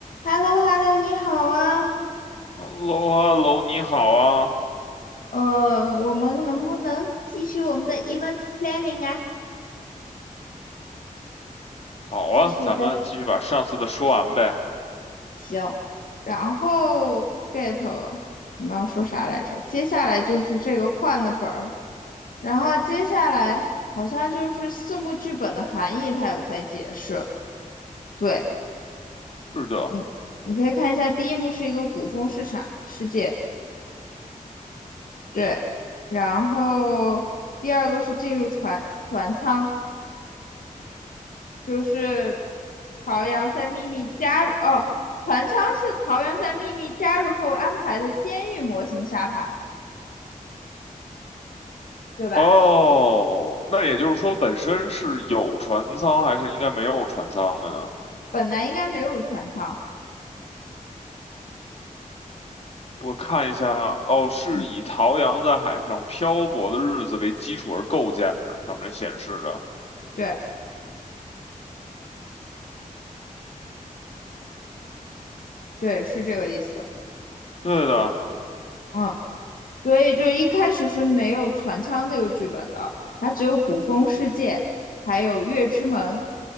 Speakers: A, on the left; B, on the left.
A: h e l l o h e l l o 你好啊，
B: Hello，Hello，你好啊，
A: 呃，我们能不能继续我们的 events planning 啊？
B: 好啊，
A: 继续呗，
B: 咱们继续把上次的说完呗。
A: 行。然后 get 了，我们要说啥来着？接下来就是这个换的本儿，然后接下来好像就是四幕剧本的含义，它有在解释。对
B: 是的，
A: 你，你可以看一下，第一幕是一个古风市场世界，对，然后第二个是进入船船舱。就是陶阳在秘密加入哦，船舱是陶阳在秘密加入后安排的监狱模型沙盘，对吧？
B: 哦，那也就是说，本身是有船舱还是应该没有船舱的呢？
A: 本来应该没有船舱，
B: 我看一下，哦，是以陶阳在海上漂泊的日子为基础而构建的，
A: 嗯，
B: 上面显示的。
A: 对对，是这个意思，
B: 对的，
A: 嗯，所以就一开始是没有船舱这个剧本的，它只有古风世界，还有月之门，